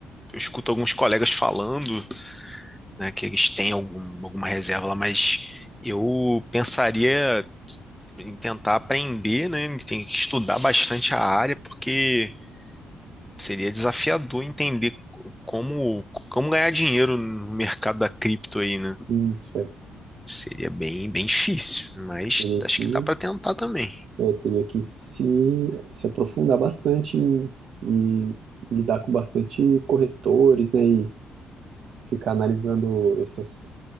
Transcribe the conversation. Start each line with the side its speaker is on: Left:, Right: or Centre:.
Centre: eu escuto alguns colegas falando né, que eles têm algum, alguma reserva lá, mas eu pensaria em tentar aprender, né? Tem que estudar bastante a área, porque seria desafiador entender co- como, como ganhar dinheiro no mercado da cripto aí, né?
Right: Isso, é.
Centre: Seria bem, bem difícil, mas
Right: Teria
Centre: acho
Right: que,
Centre: que dá para tentar também.
Right: é, teria que se, se aprofundar bastante em, e lidar com bastante corretores, né? E ficar analisando essas